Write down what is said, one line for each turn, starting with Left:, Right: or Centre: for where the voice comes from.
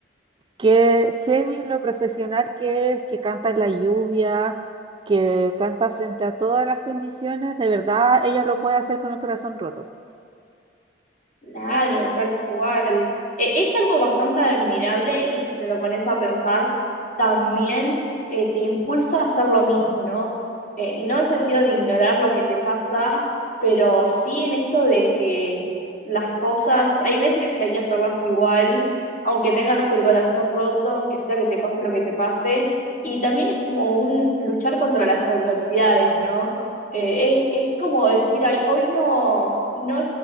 Right: que heavy lo profesional que es, que canta en la lluvia, que canta frente a todas las condiciones, de verdad ella lo puede hacer con el corazón roto.
Left: Claro, tal cual. E- es algo bastante admirable y si te lo pones a pensar, también eh, te impulsa a hacer lo mismo, ¿no? Eh, no en sentido de ignorar lo que te pasa, pero sí en esto de que las cosas, hay veces que hay que hacerlas igual, aunque tengas el corazón roto, aunque sea que te pase lo que te pase, y también es como un luchar contra las adversidades, ¿no? Eh, es, es como decir, ay, hoy no, no